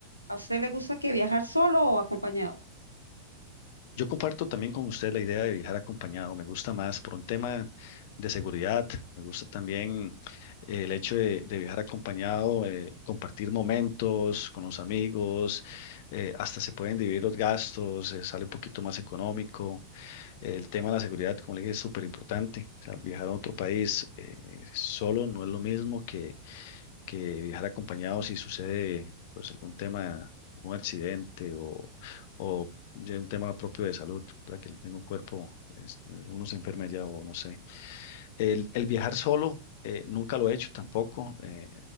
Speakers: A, on the right (about 85°); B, on the left (about 50°).
A: ¿A usted le gusta que viajar solo o acompañado?
B: Yo comparto también con usted la idea de viajar acompañado. Me gusta más por un tema de seguridad. Me gusta también eh, el hecho de, de viajar acompañado, eh, compartir momentos con los amigos, eh, hasta se pueden dividir los gastos, eh, sale un poquito más económico. El tema de la seguridad, como le dije, es súper importante. O sea, viajar a otro país eh, solo no es lo mismo que, que viajar acompañado si sucede pues algún tema, un accidente o, o ya un tema propio de salud, ¿verdad? Que el mismo cuerpo, es- uno se enferma ya o no sé. El, el viajar solo, eh, nunca lo he hecho tampoco. eh,